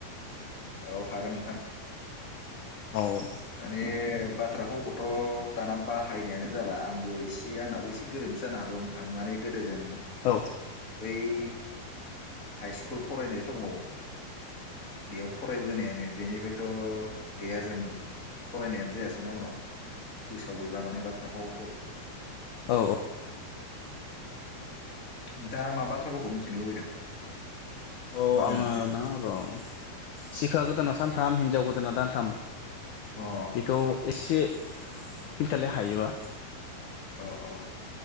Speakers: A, on the left; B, on the left.
A: औ हागोन नोंथां
B: औ
A: माने बाथ्रा भावखौथ दाना बाहायनायानो जाला आंबो एसे आंनाबो एसे गोर रोनथि जानो हागौ नोंथां माने गोदोजों
B: औ
A: बि हाइ सकुल फरायनाय समाव बेयाव फरायबोनायानो बेनिफ्रायथ गैया जों फरायनायानो जायासैना उनाव गोसोआव गैला माने बाथ्रा भावखौ
B: औ औ
A: नोंथाङा मा बाथ्रा भावखौ मिथिनो लुुबैदों
B: औ
A: माबे
B: आङो
A: मोनसेखौ
B: ना र सिखा गोदाना सानथाम हिनजाव गोदाना दानथाम
A: अ
B: बेखौ एसे खिन्थालाय हायोबा
A: अ अ